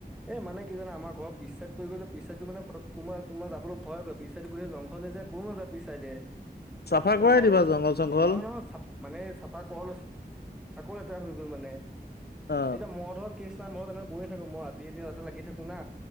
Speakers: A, in the centre; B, on the left.
A: এ মানে কি জানা? আমাৰ ঘৰ পিছ চাইড পৰি গলে পিছ চাইডটো মানে ফটক কোনোব কোনোবা যাবলৈ ভয় কৰে, পিছ চাইডটো গোটেই জংঘলে যে। কোন নাযায় পিছ চাইডে,
B: চাফা
A: এতিয়া
B: কৰাই
A: মই
B: দিবা
A: ত
B: জংঘল চংঘল
A: নহয় নহয় চ মানে চাফা <unintelligible> আকৌ লেতেৰা হৈ গ'ল মানে,
B: অ
A: এতিয়া মই ধৰক <unintelligible> মই মানে গৈ থাকো মই ৰাতি দিনে তাতে লাগি থাকো না।